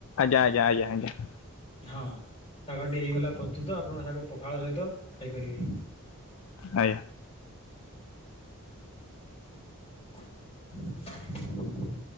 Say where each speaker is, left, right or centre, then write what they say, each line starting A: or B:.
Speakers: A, on the left (about 65°); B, on the left (about 30°).
A: ଆଜ୍ଞା, ଆଜ୍ଞା, ଆଜ୍ଞା, ଆଜ୍ଞା।
B: ହଁ ଶାଗ ଟିକେ ହେଇଗଲା ପ୍ରସ୍ତୁତ। ଆପଣ ତାକୁ ପଖାଳ ସହିତ ଖାଇପାରିବେ।
A: ଆଜ୍ଞା
B: <inaudible>